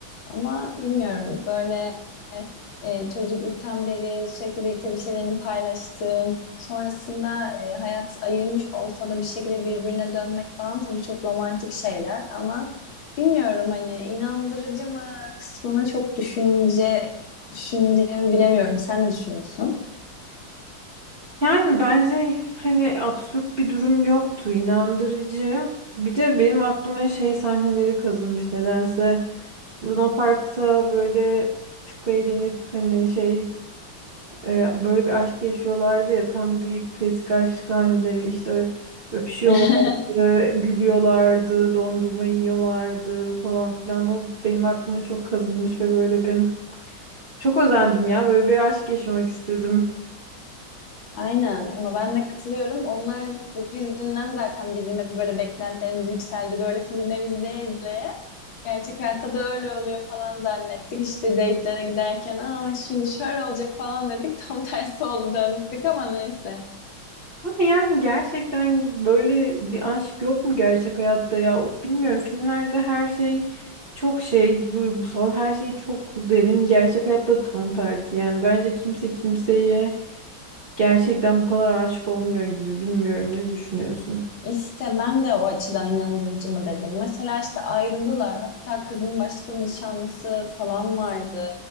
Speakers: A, on the left; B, on the right.
A: Ama bilmiyorum böyle e, çocukluktan beri sürekli birlikte bir şeylerini paylaştığın sonrasında e, hayat ayırmış olsa da bir şekilde birbirine dönmek falan tabii çok romantik şeyler ama Bilmiyorum hani inandırıcı mı kısmını çok düşünce Düşüneceğimi bilemiyorum. Sen ne düşünüyorsun?
B: Yani bence hani absürt bir durum yoktu, inandırıcı. Bir de benim aklıma şey sahneleri kazınmış nedense. Luna Park'ta böyle çok eğlenip hani şey e, böyle bir aşk yaşıyorlardı ya tam bir klasik aşk sahneleri işte öpüşüyorlardı,
A: <laughs>
B: gülüyorlardı, dondurma yiyorlardı falan filan. O benim aklıma çok kazınmış ve böyle bir çok özendim ya böyle bir aşk yaşamak istedim.
A: Aynen ona ben de katılıyorum. Onlar yüzünden zaten bizim hep böyle beklentilerimiz yükseldi. Böyle filmler izleye izleye. Gerçek hayatta da öyle oluyor falan zannettik. İşte date'lere giderken aa şimdi şöyle olacak falan dedik. <laughs> Tam tersi oldu döndük ama neyse.
B: Ama yani gerçekten böyle bir aşk yok mu gerçek hayatta ya? Uf bilmiyorum. Filmlerde her şey çok şey duygusal, her şey çok derin. Gerçek hayatta tam tersi. Yani bence kimse kimseye gerçekten bu kadar aşık olmuyor gibi. Bilmiyorum ne düşünüyorsun?
A: İşte ben de o açıdan inandırıcı mı dedim. Mesela işte ayrıldılar. Hatta kızın başka bir nişanlısı falan vardı.